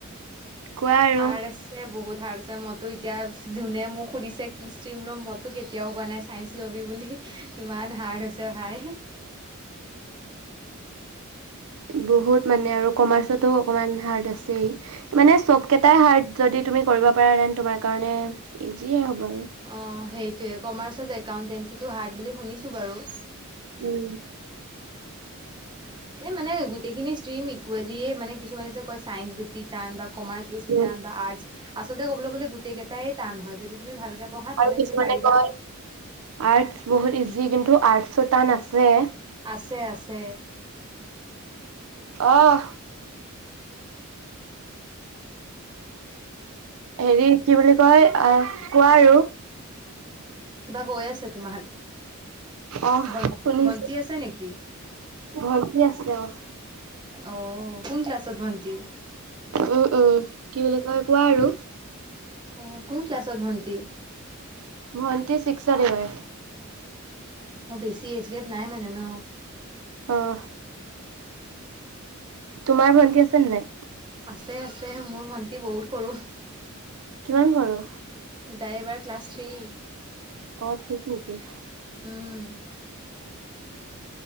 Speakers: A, on the right (about 80°); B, on the right (about 20°).
A: কোৱা আৰু।
B: হাৰ্ড আছে। বহুত হাৰ্ড আছে মইতো এতিয়া যোনে মোক সুধিছে কি ষ্ট্ৰীম লম মইতো কেতিয়াও কোৱা নাই। ছাইঞ্চ লবি বুলি ইমান হাৰ্ড হৈছে ভাই।
A: বহুত মানে আৰু কমাৰ্চতো অকণমান হাৰ্ড আছেই। মানে চব কেইটাই হাৰ্ড যদি তুমি কৰিব পাৰাে দেন তোমাৰ কাৰণে ইজিয়ে হ'ব আৰু।
B: অ', সেইটোৱে কমাৰ্চত একাউণ্টেঞ্চিটো হাৰ্ড বুলি শুনিছোঁ বাৰু।
A: উম।
B: মানে গোটেইখিনি ষ্ট্ৰিম ইকুৱেলিয়ে মানে কিছুমানে যে কয় চাইন্স বেছি টান বা কমাৰ্চ বেছি
A: উম,
B: টান বা আৰ্টছ আচলতে ক'বলৈ গ'লে গোটেই কেইটাই টান হয়। যদি তুমি ভালকে পঢ়া
A: আৰু
B: তেনে
A: কিছুমানে
B: তুমি পাৰিবা।
A: কয় আৰ্টছ বহুত ইজি কিন্তু আৰ্টছো তান আছে।
B: আছে আছে।
A: অ'। হেৰি কি বুলি কয় আহ কোৱা আৰু।
B: কিবা কৈ আছে তোমাক!
A: অহ
B: ভণ্টি
A: শুনিছো
B: ভণ্টি আছে নেকি?
A: ভন্টি আছে অ'।
B: অ', কোন ক্লাছত ভন্টি?
A: উম, উম, কি বুলি কয় কোৱা আৰু।
B: অ', কোন ক্লাছত ভন্টি?
A: ভন্টি চিক্সত এইবাৰ।
B: অ', বেছি এইজ গেপ নাই মানে ন।
A: অ'। তোমাৰ ভণ্টি আছে নে নাই?
B: আছে আছে মোৰ ভণ্টি বহুত সৰু।
A: কিমান সৰু?
B: তাই এইবাৰ ক্লাছ থ্ৰী।
A: অ', থ্ৰীত নেকি।
B: উম।